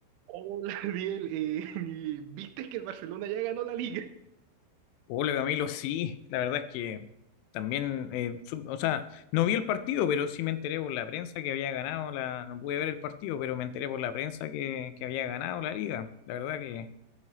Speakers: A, on the right (about 85°); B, on the left (about 85°).
A: Hola, <laughs> Biel. eh, y ¿viste que el Barcelona ya ganó la liga?
B: Hola Camilo, sí, la verdad es que también, eh, sup- o sea, no vi el partido, pero sí me enteré por la prensa que había ganado la, no pude ver el partido, pero me enteré por la prensa que, que había ganado la liga. La verdad que,